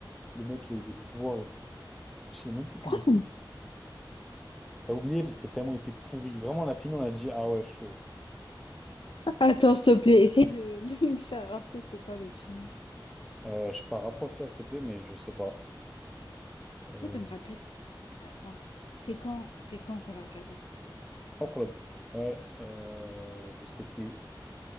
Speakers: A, in the centre; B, on the left.
A: Le mec, il a eu des pouvoirs et tout. Je sais même plus comment
B: Pourquoi
A: il
B: ça me-
A: T'as oublié parce que tellement il était pourri. Vraiment, on a fini, on a dit, ah ouais, chaud.
B: Attends, s'il te plaît, essaye de, <laughs> de me faire rappeler c'est quoi le film.
A: Euh, je sais pas, rapproche-toi, s'il te plaît, mais je sais pas. Euh,
B: Essaye de me rappeler c'est Non, mais attends, c'est quand, c'est quand qu'on l'a regardé ce film?
A: en club. Ouais, euh, je sais plus.